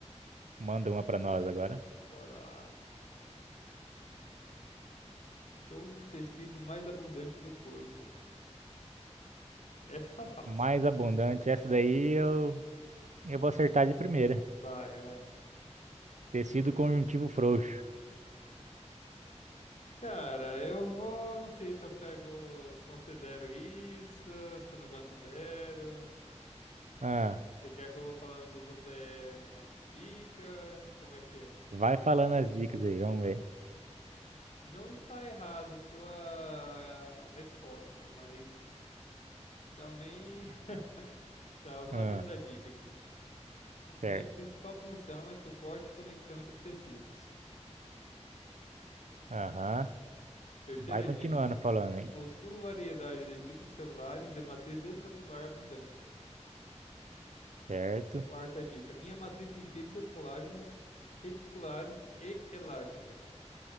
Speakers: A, on the right (about 80°); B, on the left (about 75°).
A: Manda uma pra nós agora.
B: Bora lá. Sou o tecido mais abundante do corpo. Essa tá fácil.
A: Mais abundante, essa daí eu, eu vou acertar de primeira.
B: Vai, vai.
A: Tecido conjuntivo frouxo.
B: Cara, eu vou. Não sei se eu pego. Considero isso, se eu não considero.
A: Ah,
B: Você quer que eu vou falando dos outros é, dica? Como é que é?
A: Vai falando as dicas aí, vamos ver.
B: Não está errada a sua resposta, mas também. <laughs> Tá, vou falar
A: Ah,
B: a segunda dica aqui.
A: certo.
B: Minha principal função é suporte e conexão entre tecidos.
A: Aham.
B: Terceira
A: Vai continuando
B: dica.
A: falando, hein?
B: Possuo variedade de tipos celulares e matriz extracelular abundante.
A: Certo.
B: Quarta dica. Minha matriz tem fibras colágenas reticulares e elásticas.